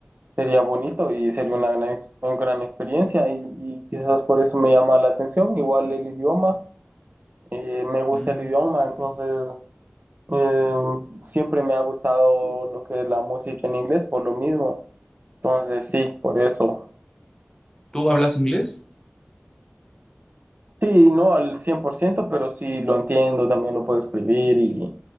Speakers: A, on the right (about 50°); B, on the left (about 15°).
A: sería bonito y sería una gran, ex- una gran experiencia y, y quizás por eso me llama la atención, igual el idioma. eh, me gusta
B: Mm,
A: el idioma,
B: yo también.
A: entonces Eh, siempre me ha gustado lo que es la música en inglés por lo mismo. Entonces, sí, por eso.
B: ¿Tú hablas inglés?
A: Sí, no al 100% pero sí lo entiendo, también lo puedo escribir y,